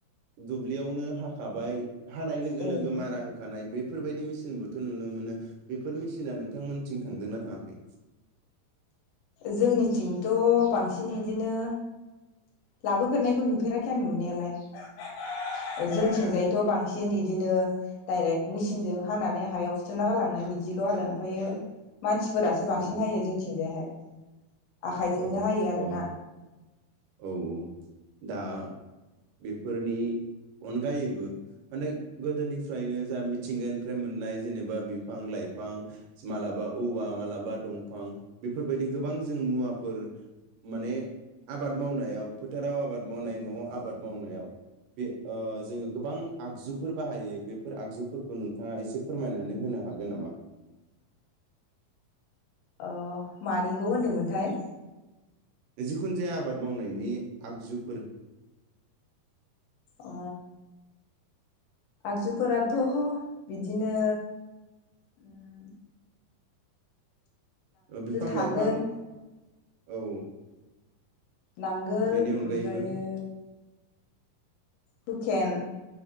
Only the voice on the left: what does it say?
ओं
जोंनि थिंथ' बांसिन इदिनो लाबोफेरनायखौ नुफेराखै आं नुनायालाय जोंथिंजायथ' बांसिन इदिनो डायरेक्ट मेचिनजों हानानै हायाव फुथुमना गालांनाय बिदिल' आरो ओमफ्रायो। मानसिफोरासो बांसिन
हायो जोंथिंजायहाय। आखाइजोंनो
हायो आरो
ना।
अ मानिखौ होनदोंमोनथाय?
अ आगजुफोराथ' बिदिनो उम।
थागोन
नांगोल
ओमफ्रायो, हुकेन